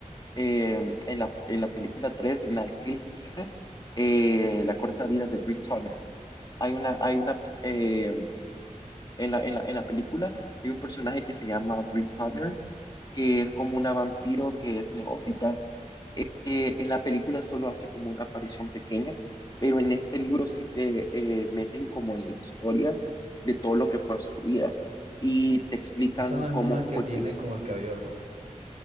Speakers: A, on the left (about 30°); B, on the right (about 60°).
A: eh, en la, en la película 3 en la Eclipse, eh, La corta vida de Brick Turner. Hay una, hay una, eh, en la, en la, en la película hay un personaje que se llama Brick Turner, que es como una vampiro que es neófita. Eh, en la película solo hace como una aparición pequeña, pero en este libro sí te eh, meten como en la historia de todo lo que fue su vida y te explican
B: Esa no es
A: cómo
B: una que
A: fue
B: tiene
A: que
B: como el cabello rojo.